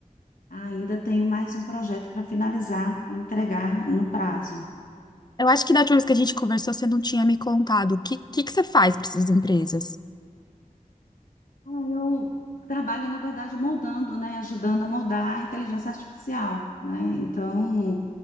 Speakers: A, on the left; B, on the left.
A: Ainda tenho mais um projeto para finalizar e entregar no prazo.
B: Eu acho que da última vez que a gente conversou, você não tinha me contado. O que, que que você faz para essas empresas?
A: Ah, Eu trabalho, na verdade, moldando, né? Ajudando a moldar a inteligência artificial, né? Então,